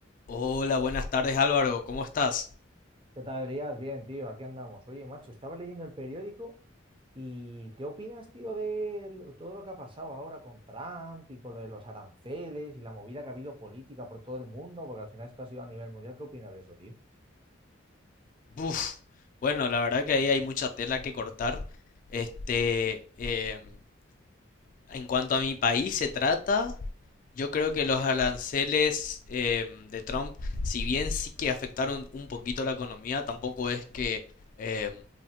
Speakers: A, on the left (about 40°); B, on the right (about 25°).
A: Hola, buenas tardes Álvaro, ¿cómo estás?
B: ¿Qué tal, Elías? Bien, tío, aquí andamos. Oye, macho, estaba leyendo el periódico y ¿qué opinas, tío, de lo- todo lo que ha pasado ahora con Trump y con lo de los aranceles y la movida que ha habido política por todo el mundo? Porque al final esto ha sido a nivel mundial. ¿Qué opinas de eso, tío?
A: Buf, bueno, la verdad que ahí hay mucha tela que cortar. Este, em, en cuanto a mi país se trata, Yo creo que los aranceles em, de Trump, si bien sí que afectaron un poquito la economía, tampoco es que em,